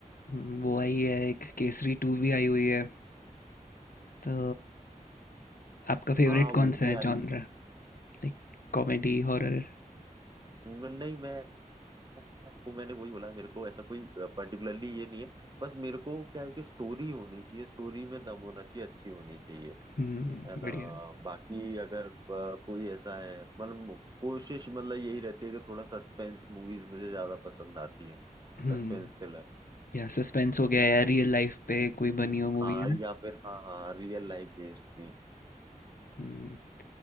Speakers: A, on the left; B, on the right.
A: हम्म, वो आई है एक केसरी टू भी आई हुई है तो आपका फेवरेट
B: हाँ
A: कौन
B: वो
A: सा
B: भी
A: है
B: आई
A: जॉनर
B: हुई है
A: Like comedy horror
B: न- नहीं मैं वो मैंने वही बोला मेरे को ऐसा कोई पर्टिकुलरली ये नहीं है बस मेरे को क्या है कि स्टोरी होनी चाहिए स्टोरी में दम होना चाहिए अच्छी होनी चाहिए
A: हम्म
B: है ना
A: बढ़िया
B: बाकी अगर अ, कोई ऐसा है मतलब कोशिश मतलब यही रहती है कि थोड़ा सस्पेंस मूवीज मुझे ज्यादा पसंद आती हैं
A: हम्म
B: Suspense thriller
A: या सस्पेंस हो गया या रियल लाइफ पे कोई बनी हो मूवी
B: हाँ
A: है ना
B: या फिर हाँ हाँ रियल लाइफ बेस्ड भी
A: हम्म